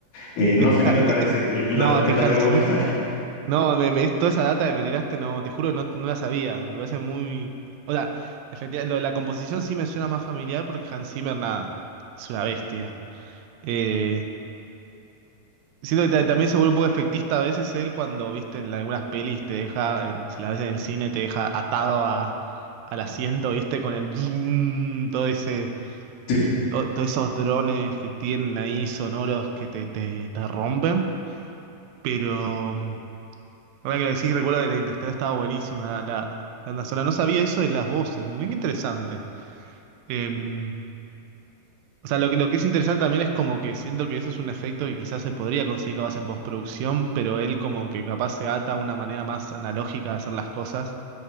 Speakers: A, on the left; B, on the right.
A: Eh, no
B: <laughs>
A: sé qué te parece el, el
B: No,
A: dato
B: es
A: que
B: que
A: te acabo
B: Hans Zimmer-
A: de dar.
B: No, me- me- toda esa data que me tiraste, no, te juro que no, no la sabía. Me parece muy. O sea, efectivamente, lo de la composición sí me suena más familiar porque Hans Zimmer, nada, es una bestia. Eh, Siento que ta- también se vuelve un poco efectista a veces él cuando, viste, en algunas pelis te deja, en- si las ves en el cine, te deja atado a, al asiento, viste, con el boom, todo ese,
A: <laughs> Sí,
B: to- todos esos drones que tienen ahí sonoros que te, te, te rompen. Pero, mm, ahora que lo decís, recuerdo que la Interstellar estaba buenísima, la, la, la banda sonora. No sabía eso de las voces, me mira qué interesante. Em, O sea, lo que, lo que es interesante también es como que siento que eso es un efecto que quizás se podría conseguir capaz en postproducción, pero él como que capaz se ata a una manera más analógica de hacer las cosas.